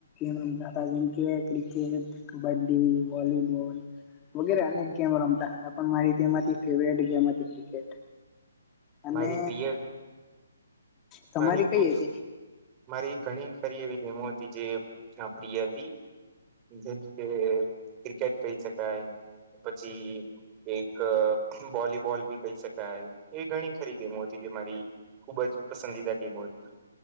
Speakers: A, on the left (about 20°); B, on the right (about 20°).
A: રમતા હતા જેમકે ક્રિકેટ કબડ્ડી વોલીબોલ વગેરે અનેક ગેમ રમતા હતા પણ મારી તેમાંથી ફેવ ગેમ હતી ક્રિકેટ અને
B: મારી પ્રિય
A: તમારી
B: મારી
A: કઈ હતી
B: મારી ઘણી ખરી એવી ગેમો હતી જે પ્રિય હતી જેમ કે ક્રિકેટ કહી શકાય પછી એક વોલીબોલ બી કહી શકાય એ ઘણી ખરી ગેમો હતી જે મારી ખુબ જ પસંદીદા ગેમો હતી